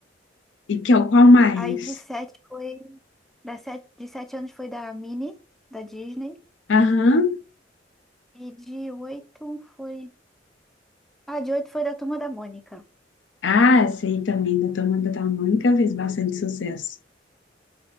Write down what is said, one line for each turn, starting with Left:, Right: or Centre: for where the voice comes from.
Left: E que é o qual mais?
Centre: Aí de sete foi. Da sete, de sete anos foi da Minnie, da Disney.
Left: Aham.
Centre: E de oito foi. Ah, de oito foi da Turma da Mônica.
Left: Ah, sei também da Turma da Mônica fez bastante sucesso.